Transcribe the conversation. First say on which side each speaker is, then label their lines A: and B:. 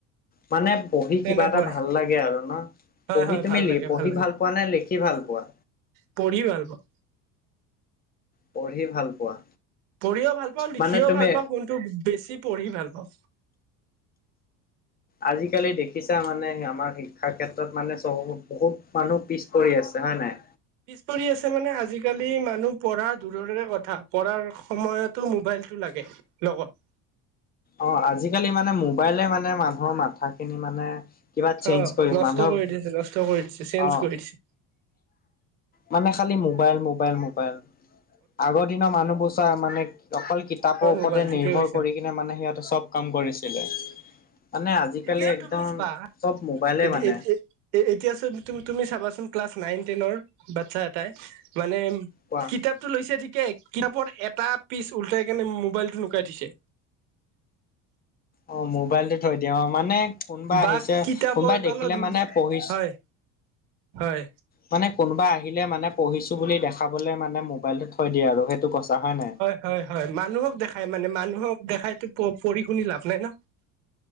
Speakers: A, on the left; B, on the right.
A: মানে পঢ়ি
B: তেনেকুৱাই
A: কিবা এটা ভাল লাগে আৰু ন।
B: হয়
A: পঢ়ি
B: হয় ভাল লাগে লাগে
A: ভাল পোৱা নে লিখি ভাল পোৱা?
B: পঢ়ি ভাল পাওঁ।
A: পঢ়ি ভাল পোৱা
B: পঢ়িও ভাল পাওঁ, লিখিও
A: মানে তুমি
B: ভাল পাওঁ, কোন- টো বেছি পঢ়ি ভাল পাওঁ।
A: আজিকালি দেখিছা মানে আমাৰ শিক্ষাৰ ক্ষেত্ৰত মানে বহুত মানুহ পিছ পৰি আছে হয় নাই।
B: পিছ পৰি আছে মানে আজিকালি মানুহ পঢ়া দূৰৰে কথা পঢ়াৰ সময়তো মোবাইলটো লাগে- লগত।
A: অঁ', আজিকালি মানে মোবাইলে মানে মানুহৰ মাথা খিনি মানে- কিবা চেঞ্জ
B: অ
A: কৰিম,
B: নষ্ট
A: মানুহক
B: কৰি দিছে নষ্ট কৰি দিছে চেঞ্জ
A: অঁ।
B: কৰি দিছে
A: মানে খালি মোবাইল, মোবাইল, মোবাইল, আগৰ দিনৰ মানুহ বস্তু- মানে অকল কিতাপৰ ওপৰতে
B: মোবাইল ঠিকে
A: নিৰ্ভৰ
B: কৈছা
A: কৰি কিনে মানে- সিহঁতে চব কাম কৰিছিলে। মানে আজিকালি
B: এতিয়া
A: একদম
B: তুমি চোৱা
A: চব মোবাইলে
B: এতি-
A: মানে।
B: এ- এ- এ এতিয়া চোন তুমি চাবাচোন ক্লাছ নাইন, টেনৰ বাচ্ছা এটাই মানে
A: কোৱা
B: কিতাপ টো লৈছে ঠিকে কিতাপৰ এটা পিচ উলটাই কেনে মোবাইলটো লুকাই দিছে
A: অ', ম', মোবাইলটো থৈ দিয়ে মানে কোনোবা
B: বা
A: আহিছে
B: কিতাপৰ
A: কোনোবাই
B: তলত
A: দেখিলে মানে পঢ়ি
B: হয় হয়
A: মানে কোনোবা আহিলে মানে পঢ়িছো বুলি দেখাবলৈ মানে মোবাইলটো থৈ দিয়ে আৰু সেইটো কৈছা হয় নাই?
B: হয় - হয়, মানুহক দেখাই মানে মানুহক দেখাইতো পঢ়ি শুনি লাভ নাই ন।